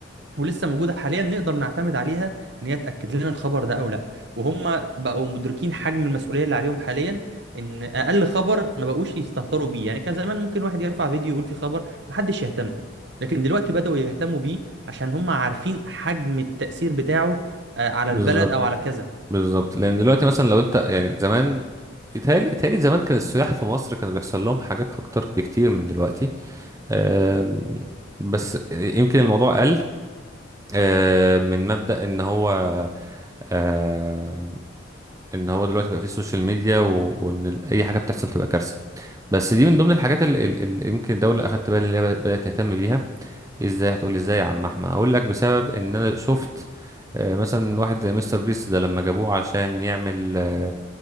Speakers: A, on the right (about 60°); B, on the right (about 15°).
A: ولسه موجوده حاليا نقدر نعتمد عليها ان هي تاكد لنا الخبر ده او لا وهم بقوا مدركين حجم المسؤوليه اللي عليهم حاليا ان اقل خبر ما بقوش يستهتروا بيه يعني كان زمان ممكن واحد يرفع فيديو يقول فيه خبر محدش يهتم لكن دلوقتي بداوا يهتموا بيه عشان هم عارفين حجم التاثير بتاعه آه، على
B: بالظبط
A: البلد او على كذا
B: بالظبط لان دلوقتي مثلا لو انت يعني زمان يتهيألي يتهيألي زمان كان السياح في مصر كانوا بيحصل لهم حاجات اكتر بكتير من دلوقتي أم، بس يمكن الموضوع قل أم، من مبدأ ان هو أم، ان هو دلوقتي بقى فيه سوشيال ميديا و- وان ال- اي حاجه بتحصل تبقى كارثه بس دي من ضمن الحاجات اللي, اللي يمكن الدوله اخدت بالي ان هي بدات تهتم بيها ازاي هتقولي ازاي يا عم احمد اقول لك بسبب ان انا شفت آه، مثلا واحد زي مستر بيست ده لما جابوه عشان يعمل آه،